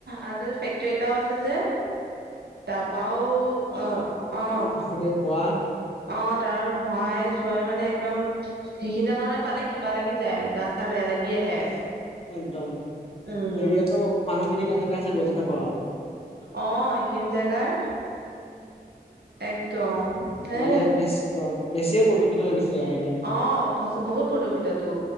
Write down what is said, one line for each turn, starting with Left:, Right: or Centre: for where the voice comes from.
Right: আ তাতে ফেক্টৰী এটাও আছে যে। তাৰপাও অঁ অঁ।
Left: কোৱা <inaudible>
Right: অ তাৰ ধোৱাই চোৱাই মানে একদম সেইখিনি জেগা মানে পালে কিবা লাগি যায় গা চা বেয়া লাগি আহে।
Left: একদম এৰিয়াতো
Right: উম
Left: মানুহখিনি কেনেকে আছে বুজি নেপাওঁ আও।
Right: অঁ সেইখিনি জাগাৰ একদম।
Left: মানে
Right: এ
Left: বেছ অ বেছিয়ে প্ৰদূষিত হৈ গৈছে আও সেইখিনি।
Right: অ সচ বহুত প্ৰদূষিততো